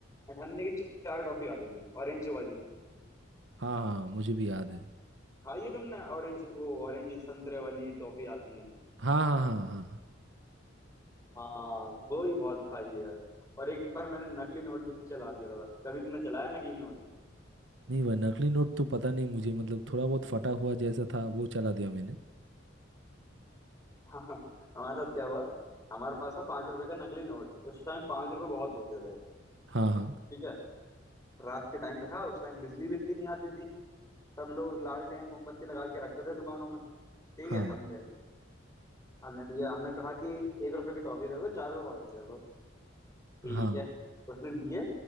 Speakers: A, on the left; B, on the right.
A: अठन्ने की चार टॉफी आती थी ऑरेंज वाली
B: हाँ हाँ मुझे भी याद है
A: खाई है तुमने ऑरेंज वो ऑरेंज संतरे वाली टॉफी आती है
B: हाँ हाँ हाँ हाँ
A: हाँ वो ही बहुत खाई है यार और एक बार मैंने नकली नोट भी चला दिया था कभी तुमने चलाया नकली नोट
B: नहीं वह नकली नोट तो पता नहीं मुझे मतलब थोड़ा बहुत फटा हुआ जैसा था वो चला दिया मैंने
A: <laughs> हमारे साथ क्या हुआ हमारे पास था पांच रुपए का नकली नोट उस टाइम पांच रुपए बहुत होते थे
B: हाँ हाँ
A: ठीक है रात के टाइम पे था उस टाइम बिजली भी इतनी नहीं आती थी सब लोग लालटेन मोमबत्ती लगा के रखते थे दुकानों में ठीक
B: हाँ
A: है हम हमने दिया हमने कहा कि एक रुपए की टॉफी दे दो चार रुपए वापस कर दो ठीक
B: हाँ
A: है उसने दिए